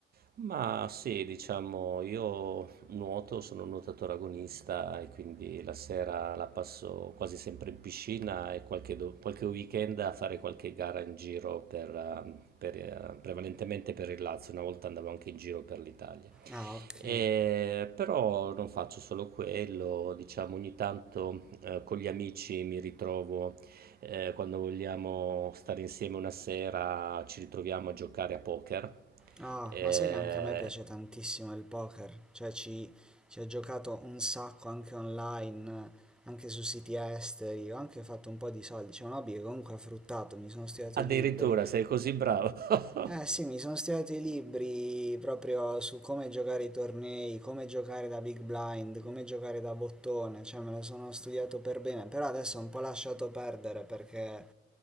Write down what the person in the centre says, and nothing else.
Ah, ok.
Ah,
ma sai che anche a me piace tantissimo il poker, cioè ci, ci ho giocato un sacco anche online, anche su siti esteri, ho anche fatto un po' di soldi, c'è un hobby che comunque ha fruttato, mi sono studiato
i libri.
Eh sì, mi sono studiato i libri proprio su come giocare i tornei, come giocare da big blind, come giocare da bottone, cioè me lo sono studiato per bene, però adesso ho un po' lasciato perdere perché